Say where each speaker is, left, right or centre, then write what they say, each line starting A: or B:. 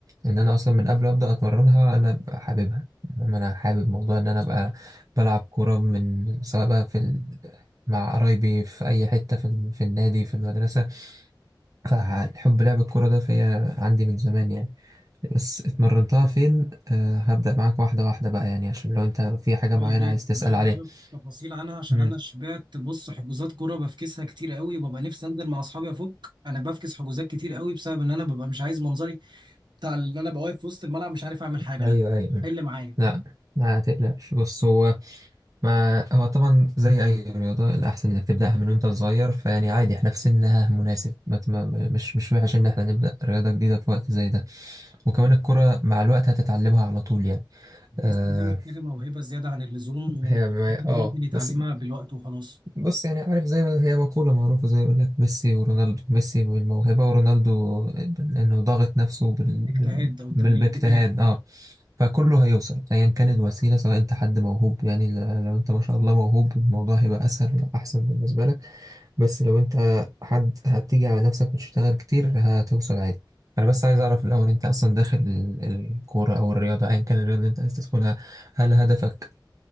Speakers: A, on the right; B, on the right.
A: ان انا اصلا من قبل ما ابدا اتمرنها انا أبقى حاببها إنما انا حابب موضوع ان انا ابقى بلعب كوره من سواء بقى في ال... مع قرايبي في اي حته في, ال... في النادي في المدرسه فحب لعب الكوره ده فيا عندي من زمان يعني بس اتمرنتها فين أه هبدا معاك واحده واحده بقى يعني عشان لو انت في حاجه
B: اه
A: معينه
B: يا ريت
A: عايز تسال
B: انا عايز
A: عليها
B: اعرف تفاصيل عنها عشان
A: مم.
B: انا شبعت بص حجوزات كوره بفكسها كتير قوي وببقى نفسي انزل مع اصحابي افك انا بفكس حجوزات كتير قوي بسبب ان انا ببقى مش عايز منظري بتاع ان انا ببقى واقف في وسط الملعب مش عارف اعمل حاجه
A: ايوه
B: ده
A: ايوه
B: حل معايا
A: لا ما تقلقش بص هو ما هو طبعا زي اي رياضه الاحسن انك تبداها من وانت صغير فيعني عادي احنا في سنها مناسب ما ت- ما- مش مش وحش ان احنا نبدا رياضه جديده في وقت زي ده وكمان الكره مع الوقت هتتعلمها على طول يعني
B: بحس
A: اه
B: انها محتاجه موهبه زياده عن اللزوم
A: هي
B: وإن
A: ما-
B: حد
A: اه
B: ممكن يتعلمها
A: بس
B: بالوقت وخلاص
A: بص يعني عارف زي ما هي مقولة معروفة زي يقول لك ميسي ورونالدو ميسي بالموهبة ورونالدو بال- إنه ضاغط نفسه بال...
B: اجتهاد
A: بال...
B: او
A: بال...
B: تمرين
A: باجتهاد
B: كتير
A: اه فكله هيوصل أيا كانت الوسيلة سواء أنت حد موهوب يعني ل- لو أنت ما شاء الله موهوب الموضوع هيبقى أسهل وأحسن بالنسبة لك بس لو أنت حد هتيجي على نفسك وتشتغل كتير هتوصل عادي أنا بس عايز أعرف الأول أنت أصلا داخل ال- الكورة أو الرياضة أيا كان الرياضة اللي أنت عايز تدخلها هل هدفك